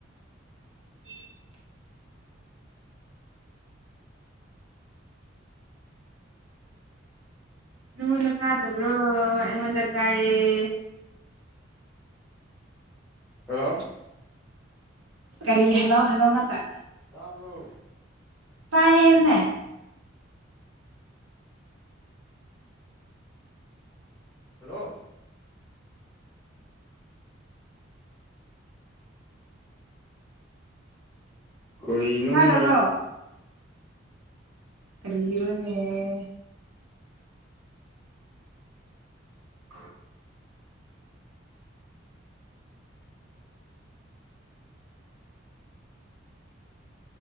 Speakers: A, on the right; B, in the centre.
A: <inaudible> ꯅꯉꯣꯟꯗ ꯇꯥꯗꯕ꯭ꯔꯣ ꯑꯩꯉꯣꯟꯗ ꯇꯥꯏꯌꯦ
B: ꯍꯜꯂꯣ
A: ꯀꯔꯤ ꯍꯜꯂꯣ ꯍꯜꯂꯣ ꯃꯥꯆꯥ
B: ꯇꯥꯕ꯭ꯔꯨ
A: ꯄꯥꯏ ꯍꯥꯏꯦꯕꯅꯦ
B: ꯍꯜꯂꯣ ꯑꯩꯣꯏ ꯏꯣꯅꯦ
A: ꯇꯥꯗꯕ꯭ꯔꯣ ꯔꯤꯔꯣꯅꯦꯦ <inaudible>